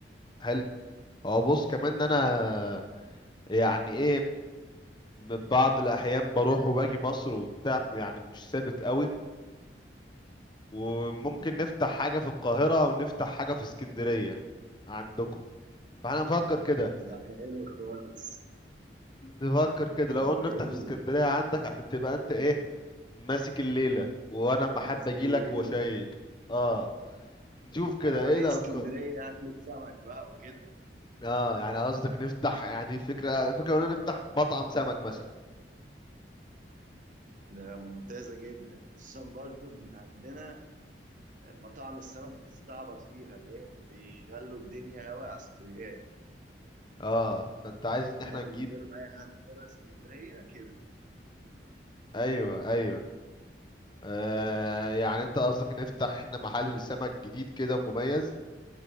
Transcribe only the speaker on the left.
حلو هو بص كمان ان انا
يعني ايه من بعض الاحيان بروح وباجي مصر وبتاع يعني مش ثابت قوي وممكن
نفتح حاجة في القاهرة ونفتح حاجة في اسكندرية عندكم فاحنا نفكر كده
نفكر كده لو
قلنا
نفتح في اسكندرية عندك عشان تبقى انت ايه ماسك الليلة وانا اما
حابب اجيلك
واشيك اه نشوف كده
ايه
الافكار
اه يعني قصدك نفتح يعني فكرة فكرة قلنا نفتح مطعم سمك مثلا
اه فانت عايز ان
احنا
نجيب
ايوه ايوه آه يعني انت
قصدك نفتح احنا محل سمك جديد كده ومميز